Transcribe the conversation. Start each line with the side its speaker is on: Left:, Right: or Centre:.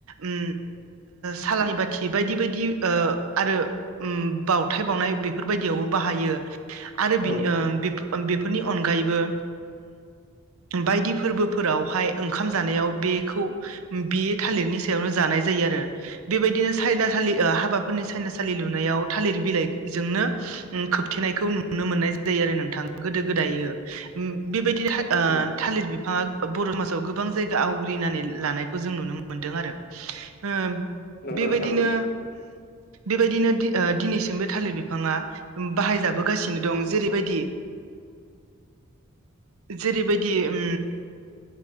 Right: ओ सालानि बाथि बायदि - बायदि ओ आरो ओ बावथाय बावनाय बेफोरबायदियावबो बाहायो। आरो
Left: औ
Right: बिनि ओ बि फोरनि अनगायैबो बायदि फोरबोफोराव हाय ओंखाम जानायाव बेखौ बेयो थालिरनि सायावनो जानाय जायो आरो। बेबादिनो साननि सायनासा हाबाफोरनि सायनासालि लुनायाव थालिर बिलाइजोंनो खोबथेनायखौ नुनो मोननाय ज जायो आरो नोंथां गोदो - गोदाय हो बेबायदि ओ
Left: उम
Right: थालिर बिफाङा बर' म गोबां जायगा आवग्रिनानै लानायखौ जों खौ जों नुनो मोनदों आरो ओ
Left: नंगौ
Right: बेबायदिनो
Left: नोंथां
Right: बेबायदिनो ओ दिनैसिम थालिर बि बिफाङा बाहायजाबोगासिनो दं जेरैबायदि जेरैबायदि उम